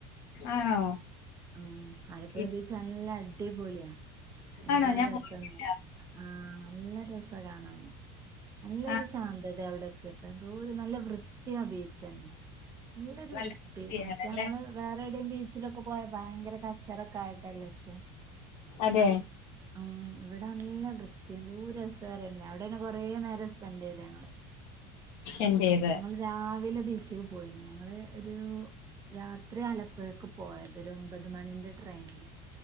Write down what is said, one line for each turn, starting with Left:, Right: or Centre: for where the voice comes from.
Left: ആണോ
Right: ഉം ആലപ്പുഴ
Left: ഈ-
Right: ബീച്ച് നല്ല അടിപൊളിയാ എന്താ
Left: ആണോ ഞാൻ
Right: രസംന്നറിയൊ
Left: പോയിട്ടില്ല
Right: ആ നല്ല രസാ കാണാന് നല്ലൊരു
Left: ആഹ്
Right: ശാന്തത അവിടെ പ്പ എന്തോരു നല്ല വൃത്തിയാ ബീച്ചേന്നെ നല്ലൊരു
Left: നല്ല
Right: വൃത്തി
Left: വൃത്തിയാണല്ലേ
Right: മറ്റേ നമ്മള് വേറെവിടെ ബീച്ചിലോക്കെ പോയ ഭയങ്കര ചെറക്കായിട്ടല്ലർക്കും
Left: അതെ
Right: ഉ ഇവിടെ നല്ല വൃത്ത്യാ എന്തൊരു രസാര് ന്നെ അവിടെന്നെ കൊറേ നേരം സ്‌പെന്റ് ചെയതങ്ങള്
Left: എന്റേത്
Right: ഞങ്ങൾ രാവില ബീച്ചേക്ക് പോയീന് ഞങ്ങള് ഒരു രാത്രി ആനപ്പോഴേക്കും പോയ ഒരു ഒമ്പത് മണിന്റെ ട്രെയിന്